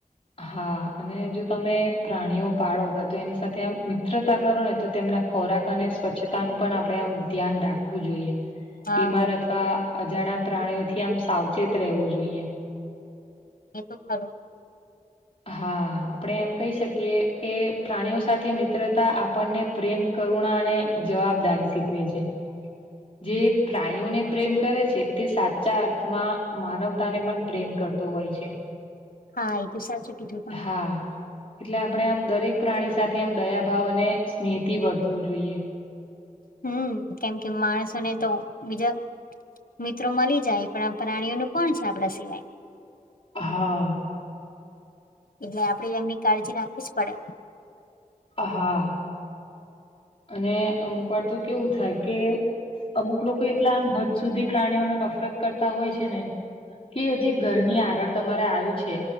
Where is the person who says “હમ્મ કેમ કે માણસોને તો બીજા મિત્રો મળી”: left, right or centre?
Left